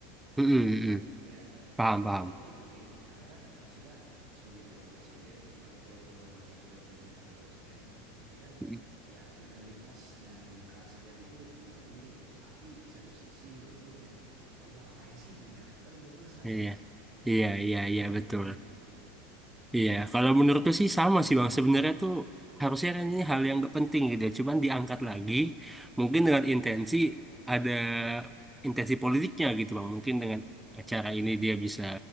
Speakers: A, in the centre; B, on the right.
A: Hmm,
B: penting
A: hmm,
B: maksudnya
A: hmm.
B: kayak
A: Paham,
B: kayak dia
A: paham.
B: dia dia penting karena kan maksudnya sebagai seorang presiden gitu kan walaupun memang dia sudah menjadi mantan presiden tapi kan
A: Mm-mm.
B: ya legalitas dan keaslian itu juga penting gitu tapi di satu sisi menurutku kayak ya udah ngapain sih gitu kan udah selesai
A: Iya,
B: gitu
A: iya, iya, iya
B: kalau menurutmu
A: betul.
B: gimana
A: Iya, kalau menurutku sih sama sih Bang. Sebenarnya tuh harusnya kan ini hal yang gak penting gitu ya. Cuman diangkat lagi mungkin dengan intensi ada intensi politiknya gitu Bang. Mungkin dengan acara ini dia bisa